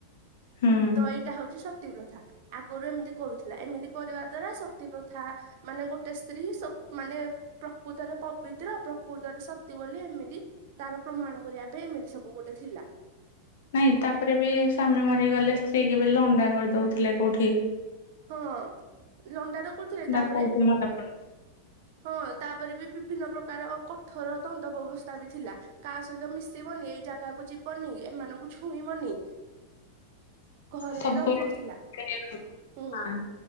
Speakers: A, on the left; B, on the right.
A: ହୁଁ
B: ତ ଏଇଟା ହଉଛି ସତୀପ୍ରଥା। ଆଗରୁ ଏମିତି କରୁଥିଲା ଏମିତି କରିବା ଦ୍ଵାରା ସତୀ ପ୍ରଥା ମାନେ ଗୋଟେ ସ୍ତ୍ରୀ ମାନେ ପ୍ରକୃତରେ ପବିତ୍ର ପ୍ରକୃତରେ ସତ ବୋଲି ଏମିତି ତାର ପ୍ରମାଣ କରିବା ପାଇଁ ଏମିତି ସବୁ ଗୋଟେ ଥିଲା।
A: ନାଇଁ ତାପରେ ବି ସ୍ଵାମୀ ମରିଗଲେ ସ୍ତ୍ରୀ କି ବି ଲଣ୍ଡା କରିଦଉଥିଲେ କୋଉଠି?
B: ହଁ ଲଣ୍ଡା ତ କରୁଥିଲେ
A: ନା
B: ତାପରେ
A: କୋଉଠି ମନେ ପଡୁନି
B: ହଁ ତାପରେ ବି ବିଭିନ୍ନ ପ୍ରକାର ଥର ଦଣ୍ଡ ବ୍ୟବସ୍ଥା ବି ଥିଲା କାହା ସହିତ ମିଶିବନି ଏଇ ଜାଗାକୁ ଯିବନି ଏମାନଙ୍କୁ ଛୁଇଁବନି ଘରେ
A: ସବୁବେଳେ
B: ରହିବଥିଲା।
A: <inaudible>
B: ହୁଁ
A: ହଁ